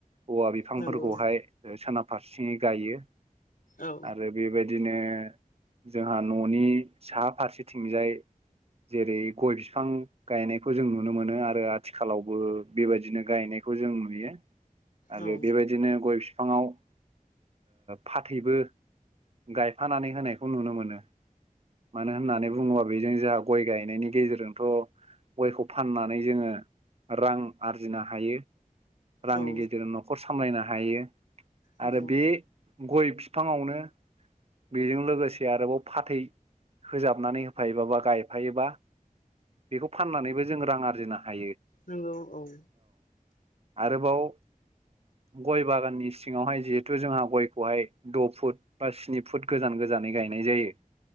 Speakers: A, on the right; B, on the left.
A: औवा बिफांफोरखौहाय
B: नंगौ
A: सोनाब फारसेङै गायो
B: औ
A: आरो बेबायदिनो जोंहा न'नि सा फारसेथिंजाय जेरै गय बिफां गायनायखौ जों नुनो मोनो आरो आथिखालावबो बेबायदिनो गायनायखौ जों नुयो आरो
B: औ
A: बेबायदिनो गय बिफाङाव फाथैबो गायफानानै होनायखौ नुनो मोनो मानो होननानै बुङोबा बेजों जोंहा गय गायनायनि गेजेरजोंथ' गयखौ फाननानै जोङो रां आरजिनो हायो रांनि
B: औ
A: गेजेरजों न'खर सामलायनो हायो
B: नंगौ
A: आरो बे गय बिफाङावनो बेजों लोगोसे आरोबाव फाथै होजाबनानै होफायोबाबा गाय थफायोबा बेखौ फाननानैबो जों रां आरजिनो हायो
B: नंगौ औ
A: आरोबाव गय बागाननि सिङावहाय जिहेथु जोंहा गयखौहाय द' फुट बा स्नि फुट गोजान गोजान गोजानै गायनाय जायो